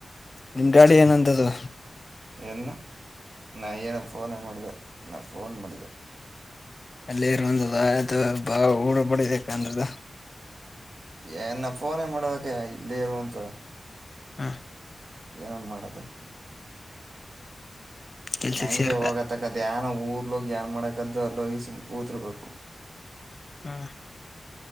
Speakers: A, on the left (about 45°); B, on the right (about 75°).
A: ನಿಮ ಡಾಡಿ ಏನಂದ್ದು
B: ಎನ್ನ ನಾ ಏನ ಫೋನೇ ಮಾಡಿದೆ ನ ಫೋನ್ ಮಾಡಿದ.
A: ಅಲ್ಲಿ ಇರುವಂದ್ದ ಅದು ಬಾ ೂಡುಬಡಬೇಕಂದ್ದ
B: ಏನ್ ಫೋನ್ ಮಾಡೋದ ಅ ಇಲ್ಲಿ ಒಂದ್
A: ಹಾ
B: ಏನನ್ ಮಾಡದು
A: ಕೆಲ್ಸಕ್
B: ನಂಗೆ
A: ಸೇರ್ಕ
B: ಹೋಗತಕ್ಕದಾನ ಊರ್ಲೋಗಿ ಏನ್ ಮಾಡಕದ್ದು ಅಲ್ಲೋ ಈ ಸುಮ್ ಕೂದರ್ಬೇಕು
A: ಹಾ